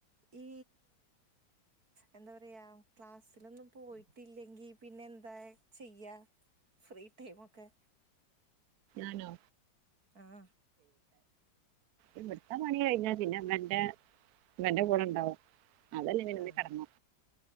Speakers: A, on the right; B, on the right.
A: ഈ എന്താ പറയാ ക്ലാസ്സിലൊന്നും പോയിട്ടില്ലെങ്കി പിന്നെ എന്താ ചെയ്യാ ഫ്രീ ടൈമൊക്കെ
B: ആനോ.
A: ആഹ്.
B: ഇവിടുത്ത പണി കഴിഞ്ഞ പിന്നെ ഇവന്റെ ഇവന്റെ കൂടെ ഉണ്ടാവും. അതല്ലെ പിന്നെ
A: ആഹ്
B: നീ കിടന്നോ?